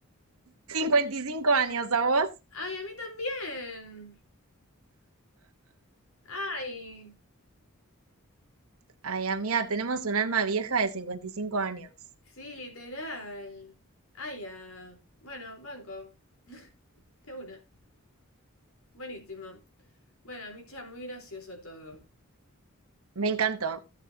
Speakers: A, on the right (about 75°); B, on the left (about 70°).
A: cincuenta y cinco años, ¿a vos?
B: ¡Ay, a mí también! ¡Ay!
A: Ay, amiga, tenemos un alma vieja de 55 años.
B: Sí, literal. ¡Ay, ya! Bueno, banco. De una. Buenísimo. Bueno, Micha, muy gracioso todo.
A: Me encantó.